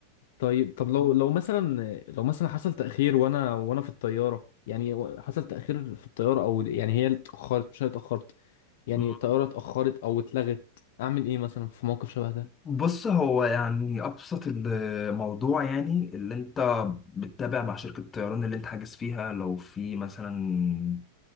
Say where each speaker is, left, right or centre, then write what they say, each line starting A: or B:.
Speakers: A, on the left; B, on the left.
A: طيب طب لو لو مثلا لو مثلا حصل تأخير وانا وانا في الطيارة يعني و- حصل تأخير في الطيارة او يعني هي اللي اتأخرت مش انا اللي اتأخرت يعني
B: مم.
A: الطيارة اتأخرت او اتلغت اعمل ايه مثلا في موقف شبه ده
B: بص هو يعني ابسط الموضوع يعني اللي انت بتتابع مع شركه الطيران اللي انت حاجز فيها لو في مثلا